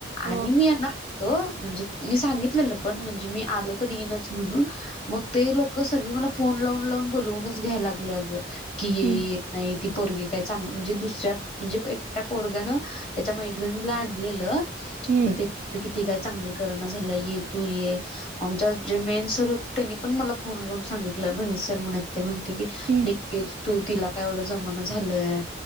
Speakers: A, on the right; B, on the left.
A: हा.
B: आणि मी येणार हुतो म्हणजे मी सांगितलेल पण म्हणजे मी आलो तर येईणंच म्हणून मग ते लोक सगळी मला फोन लावून लावून बोलवूनच घ्याय लागली अग की ये
A: हम्म
B: ये नाही ती पोरगी काय चांग म्हणजे दुसऱ्या म्हणजे एकट्या पोरग्यान त्याच्या मैत्रिणीला आणलेलं.
A: हम्म
B: मग ती <unintelligible> काय चांगली करना झाल्या ये तू ये. आमच्यात जे मेन सर होते त्यांनी पण मला फोन लावून सांगितलं महेश सर म्हणून आहे ते म्हणते की
A: हम्म
B: लेकेज तू तिला काय एवढं जमाना झालंय